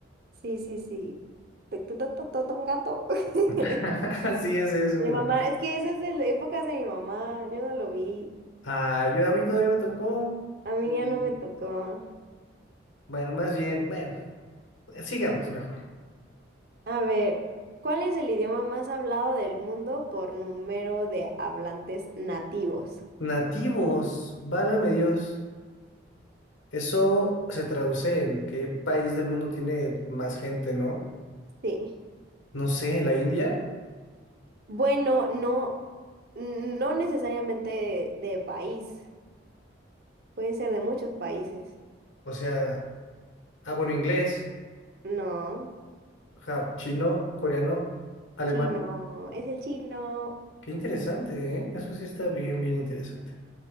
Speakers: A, on the right; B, on the left.
A: Sí, sí, sí. Te- te- te- te- te- Un gato. <laughs>
B: <laughs> Sí, ese, ese
A: Mi
B: mero.
A: mamá, es que esa es de la época de mi mamá, yo no lo vi.
B: Ah, yo a mí todavía me tocó.
A: A mí
B: Y
A: ya no me tocó.
B: bueno, más bien, bueno, sigamos mejor.
A: A ver, ¿cuál es el idioma más hablado del mundo por número de hablantes nativos?
B: Nativos, válgame Dios. Eso se traduce en qué país del mundo tiene más gente, ¿no?
A: Sí.
B: No sé, ¿la India?
A: Bueno, no, no necesariamente de, de país, pueden ser de muchos países.
B: O sea, ah, bueno, inglés,
A: No,
B: ja, chino, coreano, alemán.
A: chino, es el chino.
B: Qué interesante, ¿eh? Eso sí está bien, bien interesante.